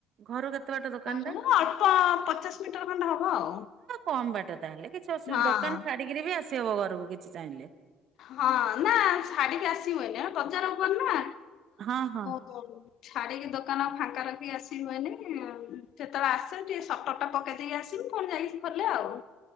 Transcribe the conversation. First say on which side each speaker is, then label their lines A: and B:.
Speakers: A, on the right; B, on the left.
A: ଘରୁ କେତେ ବାଟ ଦୋକାନ ଟା?
B: ହଁ ଅଳ୍ପ ପଚାଶ ମିଟର ଖଣ୍ଡେ ହବ ଆଉ।
A: କମ୍ ବାଟ ତାହେଲେ କିଛି ଅସୁବିଧା
B: ହଁ
A: ଦୋକାନ ଛାଡିକିରି ବି ଆସିହବ ଘରକୁ କିଛି ଚାହିଁଲେ
B: ହଁ ନାଁ ଛାଡିକି ଆସି ହୁଏନି ଏ ବଜାର ଉପରେ ନା।
A: ହଁ, ହଁ।
B: ହଉ ଛାଡିକି ଦୋକାନ ଫାଙ୍କା ରଖିକି ଆସି ହୁଏନି ଯେତେବେଳେ ଆସେ ଟିକେ ସଟର ଟା ପକେଇ ଦେଇକି ଆସିମି ପୁଣି ଯାଇକି ଖୋଲେ ଆଉ।